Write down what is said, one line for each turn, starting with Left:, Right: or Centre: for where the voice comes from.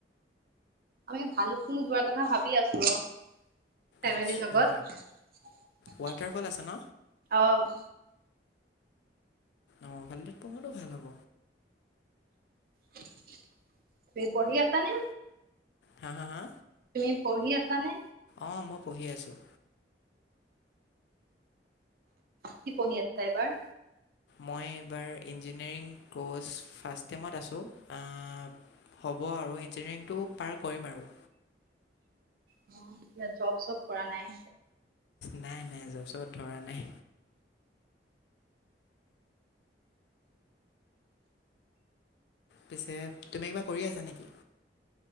Right: আমি ভালুকপুং যোৱাৰ কথা ভাবি আছো অ, ফেমিলিৰ
Left: আচ্ছা
Right: লগত।
Left: ৱাটাৰফল আছে ন
Right: অ'।
Left: অ', ভালুকপুংটো ভাল হ'ব।
Right: <unintelligible> পঢ়ি আছা নে?
Left: হা- হা-হা
Right: তুমি পঢ়ি আছা নে?
Left: অ, মই পঢ়ি আছোঁ।
Right: কি পঢ়ি আ <unintelligible> এবাৰ?
Left: মই এইবাৰ ইঞ্জিনিয়াৰিং কৰ্চ ফাৰ্ষ টেমত আছো <unintelligible> হ'ব আৰু ইঞ্জিনিয়াৰিংটো পাৰ কৰিম আৰু।
Right: <unintelligible> এতিয়া জব চব কৰা নাই?
Left: নাই-নাই জব চবত ধৰা নাই। পিছে তুমি কিবা কৰি আছা নেকি?